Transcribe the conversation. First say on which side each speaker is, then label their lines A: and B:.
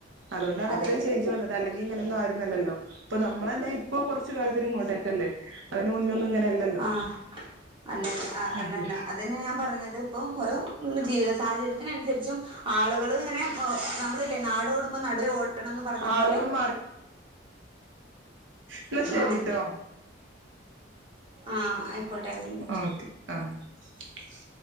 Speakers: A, on the right; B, on the right.
A: അതുകൊണ്ടാണ്
B: അതെ
A: ഇത്രയും ചേഞ്ച് വന്നത് അല്ലെങ്കിൽ ഇങ്ങനൊന്നും ആയിരുന്നല്ലല്ലോ ഇപ്പൊ നമ്മ നമ്മൾ തന്നെ ഇപ്പോ കുറച്ച് കാലത്തിന് ഇങ്ങോട്ടേക്കല്ലേ അതിന് മുന്നൊന്നും ഇങ്ങനെയല്ലല്ലോ
B: ആഹ അല്ല അല്ലല്ല
A: അതെ
B: അതന്നെ ഞാൻ പറഞ്ഞത് അത്പ്പോ ഓരോ ജീവിത സാഹചര്യത്തിനനുസരിച്ചും ആളുകൾ ഇങ്ങെനെ നമ്മൾ നാട് ഓടുമ്പോ നടുവെ ഓടണംന്ന് പറഞ്ഞ
A: ആളുകളും
B: പോലെ
A: എന്ന ശരിട്ടോ
B: ആഹ് ആഹ ക്കോട്ട ഒരു മിനിറ്റ്
A: ഓക്കെ <unintelligible>